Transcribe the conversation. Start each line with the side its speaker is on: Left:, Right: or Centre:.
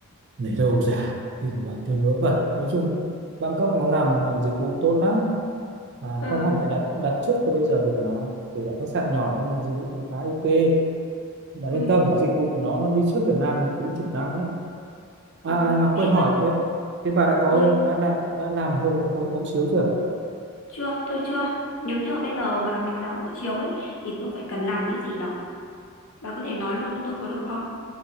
Right: lấy đâu ra tìm là tìm vớ vẩn nói chung Bangkok nó làm à, dịch vụ tốt lắm mà
Left: Ừ,
Right: con hẳn phải đặt đặt trước từ bây giờ được mà kể cả khách sạn nhỏ nhưng là dịch vụ nó khá ok bạn
Left: ừ.
Right: yên tâm cái dịch vụ của nó nó đi trước Việt Nam thậm chí chục năm ấy à
Left: ừ.
Right: mà quên
Left: Ê
Right: hỏi
Left: tôi
Right: thế thế bà đã có
Left: ơi,
Right: đã làm đã làm hộ hộ, hộ chiếu chưa
Left: chưa, tôi chưa. Nếu như mà bây giờ mà kiểu làm hộ chiếu ấy thì tôi phải cần làm những gì nhở? Bà có thể nói luôn cho tôi có được không?